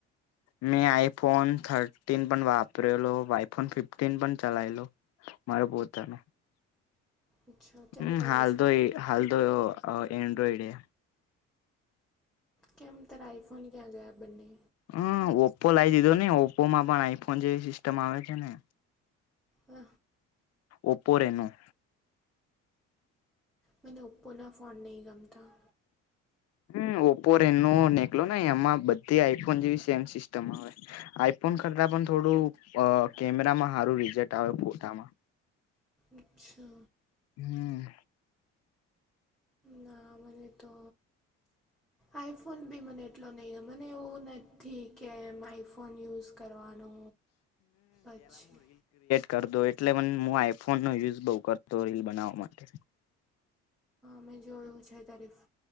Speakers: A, on the left; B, in the centre.
A: મેં આઈફોન થ ફફન પણ વાપરેલો આઈફોન ફિફ્ટન પણ ચલાયલો મારા પોતાનો
B: અચ્છા અત્યારે
A: હમ
B: કયો
A: હાલદ
B: છે
A: હાલ તો એન્ડ્રોઈડ એ.
B: કેમ તારા આઇફોન ક્યાં ગયા બંને.
A: હમ ઓપ્પો લાવી દીધો નને ઓપ્પો માં પણ આઈફોન જેવી સિસ્ટમ આવે છે ને.
B: હ
A: ઓપો રેનો.
B: મને ઓપોના ફોન નહીં ગમતા
A: હમ ઓપો રેન નો નેકલો એમાં બધી આઈફોન જેવી સેમ સિસ્ટ આઈફોન કરતા પણ થોડું કેમેરામાં સારું રીઝેટ આવે ફોટામાં.
B: અચ્છા
A: હમ
B: ના મને તો આઈફોન બી મને એટલો નહી મને એવું નથી કે એમ આઈફોન યુઝ કરવાનો અચ્છા.
A: કર દો એટલે મ હું આઈફોન નો યુઝ બઉ કરતો રીલ બનાવવા માટે.
B: મેં જોયું છે તારી